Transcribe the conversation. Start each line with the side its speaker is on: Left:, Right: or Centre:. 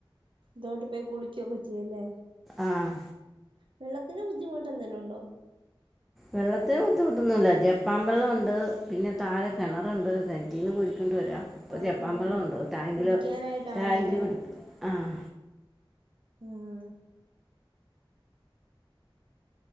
Right: തോട്ടി പോയി കുളിക്കൊക്കെ ചെയ്യും ലേ
Centre: ആഹ്
Right: വെള്ളത്തിന് ബുദ്ധിമുട്ട് എന്തേലും ഉണ്ടോ
Centre: വെള്ളത്തിനു ബുദ്ധിമുട്ട് ഒന്നുംല്ല ജപ്പാൻ വെള്ളവുണ്ട് പിന്നെ താഴെ കെണറുണ്ട് കെണറ്റീന്ന് കോരികൊണ്ട് വരാം ഇപ്പോ
Right: ആഹ്
Centre: ജപ്പാൻ
Right: ആഹ്
Centre: വെള്ളം ഉണ്ട് ടാങ്കില്
Right: കുടിക്കാനായിട്ടാണല്ലേ
Centre: ടാങ്കില് ആഹ്
Right: ഉം